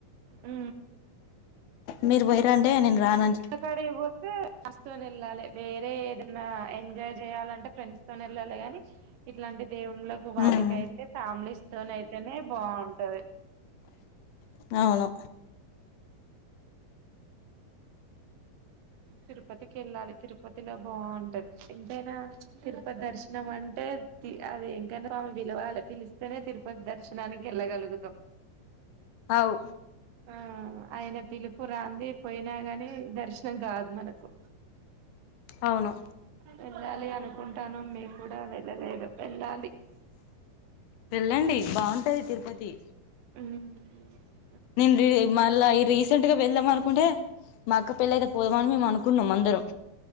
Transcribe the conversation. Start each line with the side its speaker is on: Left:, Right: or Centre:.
Right: ఉ
Left: మీరు పోయిరాండి నేను రానని
Right: గుల్ల కాడికి పోతే స్ తని వెళ్ళాలి వేరే ఏదన్నా ఎంజాయ్ చేయాలంటే ఫ్రెండ్స్ తోని వెళ్ళాలి గాని ఇట్లాంటి దేవుళ్లకు వాటికయితే
Left: ఉమ్
Right: ఫ్యామిలీ స్టోన్ అయితేనే బాగుంటది
Left: అవును
Right: తిరుపతికి వెళ్ళాలి తిరుపతిలో బాగుంటది ఎంతైనా తిరుపతి దర్శనం అంటే అంటే అద ఏంకంట ఆమె విలువాల పిలిస్తేనే తిరుపతి దర్శనానికి వెళ్ళగలుగుతాం
Left: అవు
Right: ఆ ఆయన పిలుపు రాంది పోయినా గాని దర్శనం నం కాదు మనకు
Left: అవును
Right: వెళ్ళాలి అనుకుంటాను మేము కూడా వెళ్ళలేదు వెళ్ళాలి
Left: వెళ్ళండి బాగుంటాది తిరుపతి
Right: హ్మ్
Left: నేను ర మళ్ళా ఈ రీసెంట్ గా వెళ్దాం అనుకుంటే మా అక్క పెళ్ల అయితే పోదామని మేము అనుకుంటున్నాం అందరం